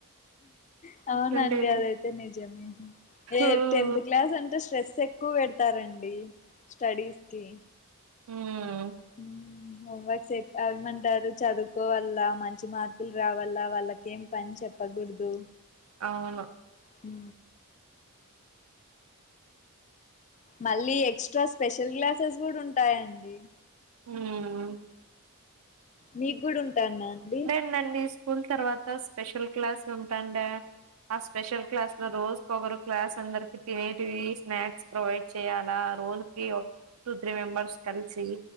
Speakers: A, on the left; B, on the right.
A: ఆ అవునండి
B: అట్లుండేది
A: అదైతే నిజమే ఏ
B: ఉమ్
A: టెన్త్ క్లాస్ అంటే స్ట్రెస్ ఎక్ క్కువ పెడతారండి స్టడీస్ కి
B: మ్
A: మ్మ్. హోంవర్క్స్ అ ఏమంటారు చదువుకోవల మంచి మార్కులు రావాల వాళ్ళకి ఏం పని చెప్ ప్పకూడదు
B: అవును
A: ఉ మళ్ళీ ఎక్స్ట్రా స్పెషల్ క్లాసెస్ కూడా ఉంటాయండి
B: మ్
A: నీకు కూడా ఉంటాన్నా అండి
B: ండి స్కూల్ తర్వాత స్పెషల్ క్లాస్ ఉంటాండే ఆ స్పెషల్ క్లాస్ రోజుకి ఒకరు క్లాస్ అందరికి తినేటివి స్నాక్స్ ప్రొవైడ్ చేయ్యాలా రోజుకి టూ త్రీ మెంబర్స్ కలిసి